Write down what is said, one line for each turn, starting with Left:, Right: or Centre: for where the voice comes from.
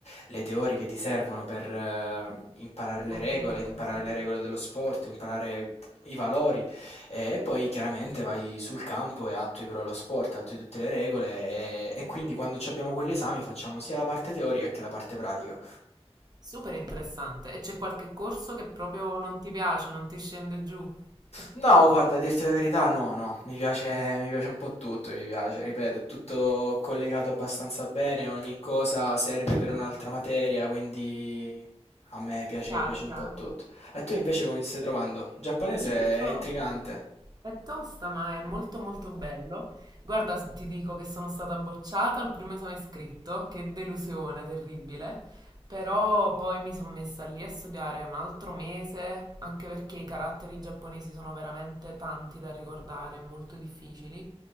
Left: le teoriche ti servono per, eh, imparare le
Right: comprendere?
Left: regole, imparare
Right: Sì.
Left: le regole dello sport, imparare i valori eh, e poi chiaramente vai sul campo e attui però lo sport, attui tutte le regole e, e quindi quando ci abbiamo quegli esami facciamo sia la parte teorica che la parte pratica.
Right: Super interessante. E c'è qualche corso che proprio non ti piace, non ti scende giù? <laughs>
Left: No, guarda, a dirti la verità, no, no, mi piace, mi piace un po' tutto, mi piace, ripeto, è tutto collegato abbastanza bene, ogni cosa serve per un'altra materia, quindi a me piace,
Right: Chiaro,
Left: piace
Right: chiaro.
Left: un po' tutto. E tu invece come ti stai trovando? Il giapponese
Right: Io mi sto...
Left: è intrigante.
Right: È tosta, ma è molto molto bello. Guarda, s- ti dico che sono stata bocciata al primo esame scritto, che delusione terribile, però poi mi sono messa lì a studiare un altro mese, anche perché i caratteri giapponesi sono veramente tanti da ricordare, molto difficili